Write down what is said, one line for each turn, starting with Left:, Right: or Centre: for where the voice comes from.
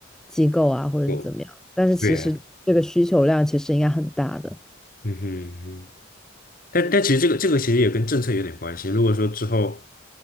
Centre: 机构啊，或者是怎么样。
Left: 就
Centre: 但是其实这个需求量其实应该很大的。
Left: 对啊，嗯哼。嗯哼但但其实这个这个其实也跟政策有点关系。如果说之后